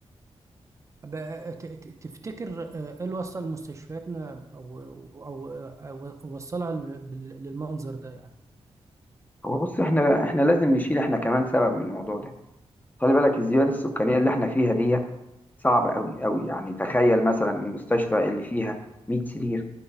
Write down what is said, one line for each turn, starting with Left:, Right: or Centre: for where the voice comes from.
Right: بقى ت- ت- تفتكر آه، ايه اللي وصل مستشفياتنا او او أو وصلها لل- بال- للمنظر ده يعني
Left: هو بص احنا احنا لازم نشيل احنا كمان سبب من الموضوع ده خلي بالك الزيادة السكانية اللي احنا فيها دي صعبة قوي قوي يعني تخيل مثلا المستشفى اللي فيها 100 سرير